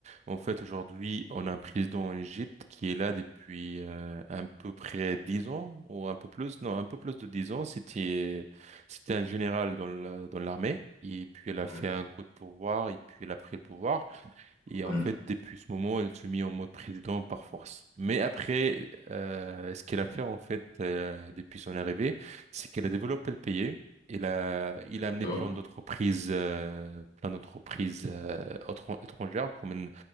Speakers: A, on the right; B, on the left.
A: En fait, aujourd'hui, on a un président en Égypte qui est là depuis euh, à peu près 10 ans ou un peu plus, non, un peu plus de 10 ans. C'était, c'était un général dans la- dans l'armée. Et puis elle a
B: Ouais,
A: fait un coup de pouvoir et puis elle a pris le pouvoir. Et en
B: ouais,
A: fait, depuis ce moment, elle se mit en mode président par force. Mais après, euh, ce qu'elle a fait, en fait, euh, depuis son arrivée, c'est qu'elle a développé le pays. Il a, il
B: d'accord,
A: a amené plein d'entreprises, euh, plein d'entreprises euh, autre- étrangères, comme, une-